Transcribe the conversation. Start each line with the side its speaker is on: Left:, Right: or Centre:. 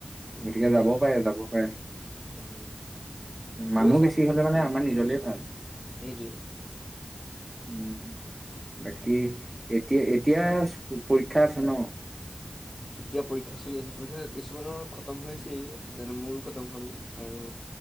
Left: উম
Right: গতিকে
Left: এনেই
Right: যাব পাৰে, যাব পাৰে,
Left: উম কৈ
Right: মানুহ
Left: চাম
Right: বেছি হ'লে মানে
Left: যাব
Right: আমাৰ নিজলে ভাল।
Left: সেইটোৱে
Right: উম।
Left: উম
Right: বাকী এত এতিয়া, এতিয়া পৰীক্ষা আছে ন?
Left: এতিয়া পৰীক্ষা চলি আছে, পৰীক্ষা কিছুমানৰ খতম হৈছেই যেনে মোৰো খতম হ'ল আৰু